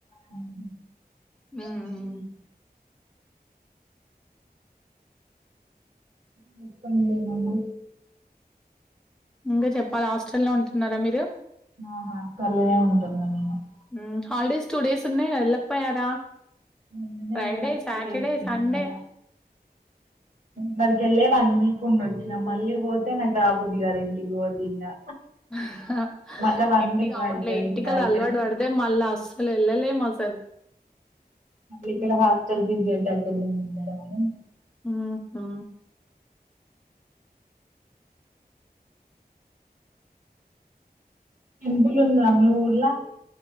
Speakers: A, on the right (about 55°); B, in the centre.
A: హుహు.
B: మ్
A: హ్మ్. చెప్పండి ఏమన్నా
B: ఇంగా చెప్పాలి హాస్టల్ లో ఉంటున్నారా మీరు
A: ఆహా! హాస్టల్‌లోనే ఉంటున్నా నేను. హ్మ్.
B: మ్ హాలిడేస్ టూ డేస్ ఉన్నాయి ఎలా పోయారా
A: మొన్ననే
B: ఫైడే
A: ఉగాదికి
B: సాటర్డే
A: పోయొచ్చినం
B: సండే
A: గదా! అక్కడికి వెళ్లే వన్ వీక్ ఉండి వచ్చినా మళ్ళీ పోతే నాకు రాబద్ది కదు ఇంటికి పోదు ఇంగా
B: హ ఆ
A: మళ్ళా వన్
B: ఇంటికి
A: వీక్ పడుతది
B: అవునులే ఇంటికాడ
A: ఇంగా ఇక్కడ
B: అలవాటు పడితే మళ్ళా అస్సలు వెళ్లలేం అసలు
A: ఇక్కడ
B: మ్మ్
A: హాస్టల్ ఫీజు <unintelligible>
B: ఆహా
A: టెంపుల్ ఉందా మీ ఊర్లా